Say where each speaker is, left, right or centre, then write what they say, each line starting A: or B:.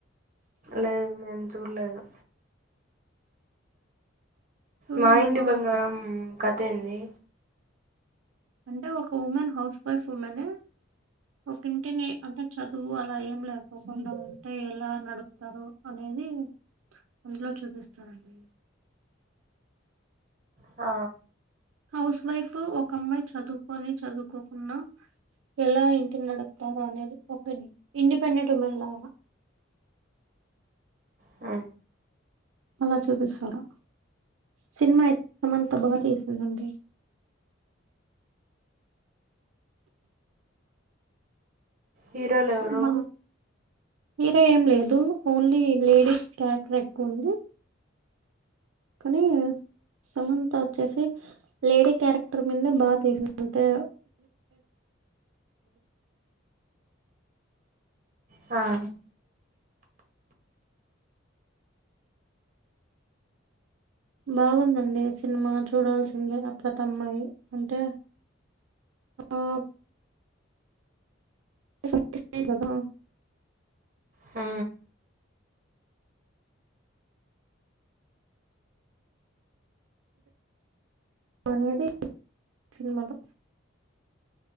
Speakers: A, on the right (about 40°); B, on the right (about 80°).
A: లేదు మేము చూడలేదు
B: చూడండి
A: మా ఇంటి
B: బాగుంది.
A: బంగారం కథ ఏంది
B: అంటే ఒక ఉమెన్ హౌస్ వైఫ్ ఉమెన్ ఒకటింటిని అంటే చదువు అలా ఏం లేకకుండా ఉంటే ఎలా నడుపూ రోజు అనేది అందులో చూపిస్తారండి
A: ఆ
B: హౌస్ వైఫ్ ఒక అమ్మాయి చదువుకని చదువుకోకున్నా ఎలా ఇంటిని నడుపుతారు అనేది ఒక ఇండిపెండెంట్ ఉమెన్ లానా
A: ఆ
B: అలా చూపిస్తారు సినిమా ఇస్త అంతా బాగా తీసిందండి
A: హీరోలు ఎవరు
B: మ హరా ఏం లేదు ఓన్లీ లేడీస్ క్యారెక్టర్ ఎక్కువ ఉంది కానీ సమంత వచ్చేసి లేడీ క్యారెక్టర్ మీదే బాగా తీసింది అంతే
A: హా
B: బాగుందండి సినిమా చూడాల్సిందే అప్పుడత అమ్మాయి అంటే ఆ చెప్తుంది కదా
A: ఆ
B: అనేది సినిమాలో